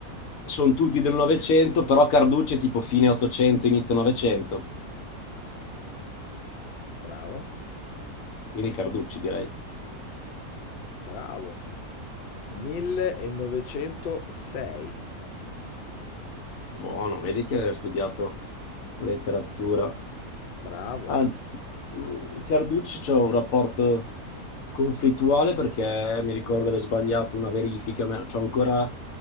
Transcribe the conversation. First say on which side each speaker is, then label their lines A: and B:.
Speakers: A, on the left; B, on the left.
A: sono tutti del Novecento, però Carducci è tipo fine 800, inizio 900,
B: Bravo,
A: quindi Carducci direi.
B: bravo. 1906,
A: Buono, vedi che aveva studiato letteratura.
B: bravo.
A: Anzi, mh, Carducci c'ho un rapporto conflittuale perché mi ricordo di aver sbagliato una verifica, ma c'ho ancora,